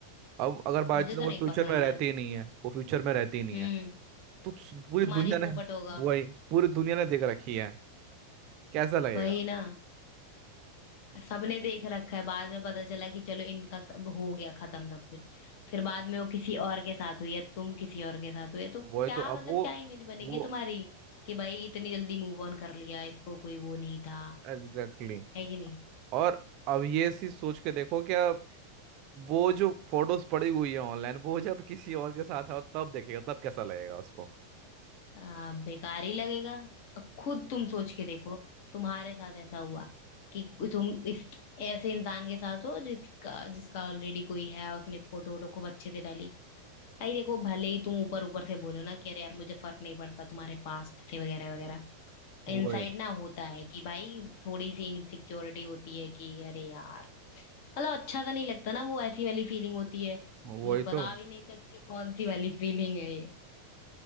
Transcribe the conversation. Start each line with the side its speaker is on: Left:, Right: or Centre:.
Right: अब अगर बाई
Left: मुझे
Right: चांस
Left: तो
Right: वो
Left: नहीं
Right: फ्यूचर
Left: पसंद
Right: में रहती
Left: है
Right: ही नहीं है वो फ्यूचर में रहती ही नहीं
Left: हम्म
Right: है तो स- पूरी
Left: तुम्हारे
Right: दुनिया
Left: ही पोपट
Right: ने
Left: होगा
Right: <laughs> वही पूरी दुनिया ने देख रखी है कैसा लगेगा
Left: वही ना सबने देख रखा है बाद में पता चला कि चलो इनका सब हो गया खत्म सब कुछ फिर बाद में वो किसी और के साथ हुई या तुम किसी और के साथ हुए तो
Right: वही
Left: क्या
Right: तो
Left: मतलब
Right: अब वो
Left: क्या इमेज बनेगी
Right: वो
Left: तुम्हारी कि भाई इतनी जल्दी मूव ऑन कर लिया इसको कोई वो नहीं था
Right: Exactly exactly.
Left: है कि नहीं
Right: और अब ये चीज सोच के देखो क्या वो जो फोटोज पड़ी हुई है ऑनलाइन वो जब किसी और के साथ है तब देखेगा तब कैसा लगेगा उसको
Left: आ, बेकार ही लगेगा अब खुद तुम सोच के देखो तुम्हारे साथ ऐसा हुआ कि तुम इस ऐसे इंसान के साथ हो जिसका जिसका ऑलरेडी कोई है उसने फोटो वोटो खूब अच्छे से डाली भाई देखो भले ही तुम ऊपर ऊपर से बोलो ना कि अरे यार मुझे फर्क नहीं पड़ता तुम्हारे पास्ट से वगैरह वगैरह
Right: वही
Left: इनसाइड ना होता है कि भाई थोड़ी सी इनसिक्योरिटी होती है कि अरे यार मतलब अच्छा सा नहीं लगता ना वो ऐसी वाली फीलिंग होती है
Right: वही
Left: कि बता
Right: तो
Left: भी नहीं सकते कौन सी वाली फीलिंग है ये